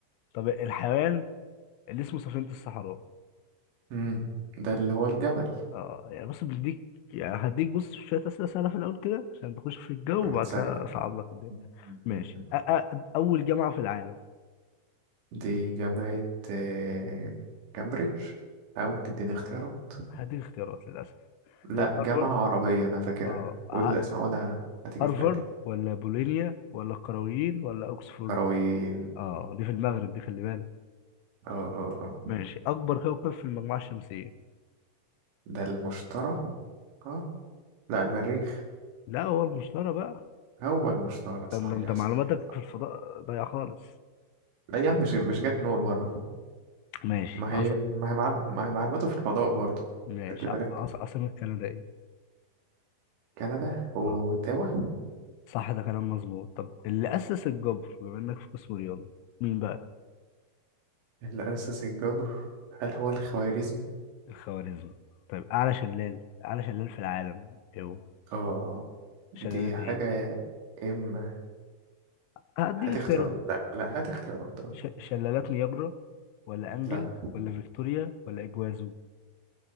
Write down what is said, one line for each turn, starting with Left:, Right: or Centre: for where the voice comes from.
Left: طب الحيوان اللي اسمه سفينة الصحراء
Right: مم. ده اللي هو الجمل
Left: اه يعني بص بديك يعني هديك بص شوية أسئلة سهلة في الأول كده عشان تخش في الجو
Right: المتسكع
Left: وبعد كده أصعب
Right: ده.
Left: لك الدنيا
Right: مم.
Left: ماشي أ- أ- أول جامعة في العالم
Right: دي جامعة آه، كامبريدج أو تديني اختيارات
Left: هديك اختيارات للأسف
Right: لا
Left: هي
Right: جامعة
Left: هارفارد
Right: عربية أنا فاكرها
Left: اه ع-
Right: قول الأسماء وأنا هتيجي
Left: هارفارد
Right: في بالي
Left: ولا بولونيا ولا القرويين ولا أوكسفورد
Right: كروين
Left: اه دي في المغرب دي خلي بالك
Right: اه اه اه
Left: ماشي أكبر كوكب في المجموعة الشمسية
Right: ده المشتري اه لا المريخ
Left: لا هو المشتري بقى
Right: هو المشتري صحيح
Left: ده انت انت معلوماتك
Right: صحيح
Left: في الفضاء ضايعة خالص
Right: لا يا عم مش مش جت من أول مرة
Left: ماشي
Right: ما
Left: عص...
Right: هي ما هي معلو- ما هي معلوماته في الفضاء برضه
Left: ماشي
Right: خلي بالك
Left: ع- عص... عاصمة كندا ايه
Right: كندا وتاوا
Left: اه صح ده كلام مظبوط طب اللي أسس الجبر بما إنك في قسم رياضة مين بقى
Right: اللي أسس الجبر هل هو الخوارزمي؟
Left: الخوارزمي طيب أعلى شلال أعلى شلال في العالم ايه هو
Right: اه
Left: شلالات
Right: دي حاجة
Left: ايه
Right: إما
Left: هديك
Right: هات
Left: اختيارات
Right: اختيارات لا لا هات اختيارات آه.
Left: ش... شلالات نياجرا ولا انجل
Right: لا
Left: ولا فيكتوريا ولا اجوازو